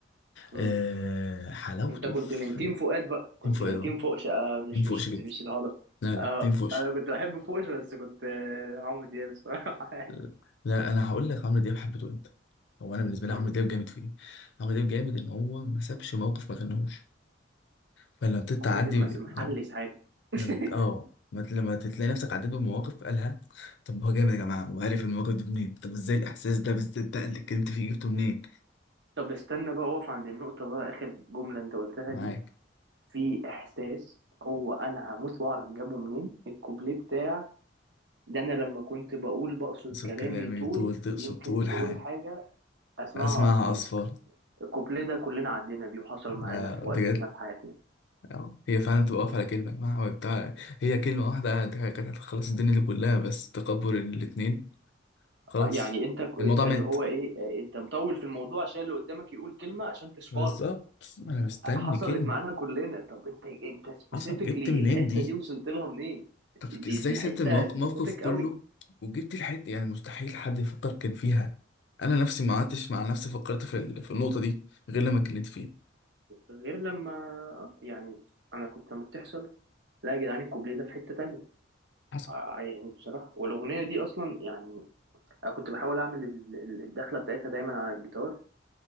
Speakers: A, on the right; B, on the left.
A: مم.
B: آه حلاوته
A: انت كنت
B: في
A: من تيم فؤاد بقى كنت
B: تيم فؤاد
A: من
B: اهو
A: تيم فوقش آه مش
B: تيم فوقش
A: مش
B: جدا
A: مش الهضبة
B: لا لا
A: آه
B: تيم فوقش
A: انا كنت بحب فوقش بس كنت آه، عمرو دياب الصراحة <laughs> يعني
B: <laughs> لا انا هقول لك عمرو دياب حبيته انت هو انا بالنسبه لي
A: مم.
B: عمرو دياب جامد في ايه؟ عمرو دياب جامد ان هو ما سابش موقف ما غناهوش فلما بتتعدي
A: عمرو دياب مس- محلش
B: لما
A: حاجة <laughs>
B: لما بت- اه لما ت- لما تلاقي نفسك عديت بمواقف قالها طب ما هو جامد يا جماعه وعارف المواقف دي منين؟ طب ازاي الاحساس ده بالذات ده اللي اتكلمت فيه جبته منين؟
A: طب استنى بقى اقف عند النقطة بقى آخر جملة انت قلتها
B: معاك
A: دي في احساس هو انا هموت واعرف جابه منين الكوبليه بتاع ده انا لما كنت بقول بقصد
B: تقصد
A: كلامي
B: كلامي
A: طول
B: تقول تقصد
A: يمكن
B: تقول
A: تقول
B: حاجة
A: حاجة اسمعها
B: أسمعها
A: اصفالك
B: أصفار
A: الكوبليه ده كلنا عدينا بيه وحصل معانا
B: آه
A: في وقت
B: بجد
A: ما في حياتنا
B: أهو. هي فعلا بتبقى واقفة على كلمة يا جماعة هو بتاع هي كلمة واحدة كانت هتخلص الدنيا دي كلها بس تكبر الاتنين خلاص
A: آه، يعني انت ك-
B: الموضوع
A: انت
B: مات
A: اللي هو ايه آه، انت مطول في الموضوع عشان اللي قدامك يقول كلمه عشان تصفاله
B: بالظبط أنا مستني
A: آه، حصلت
B: كلمة
A: معانا كلنا طب انت انت سبيسيفيكلي
B: حصل جبت منين
A: الحته
B: دي
A: دي وصلت لها منين
B: طب
A: س- دي
B: إزاي
A: دي
B: سبت
A: حته
B: الموقف
A: سبيسيفيك
B: الموقف كله
A: قوي
B: وجبت الحتة يعني مستحيل حد يفكر كان فيها أنا نفسي ما قعدتش مع نفسي فكرت في, ال... في النقطة دي غير لما اتكلمت فيها
A: غير لما آه، يعني انا كنت لما بتحصل لا يا جدعان الكوبليه ده في حته تانية
B: حصل
A: آه، آه، يعني بصراحه والاغنيه دي اصلا يعني انا كنت بحاول اعمل ال- ال- الدخله بتاعتها دايما على الجيتار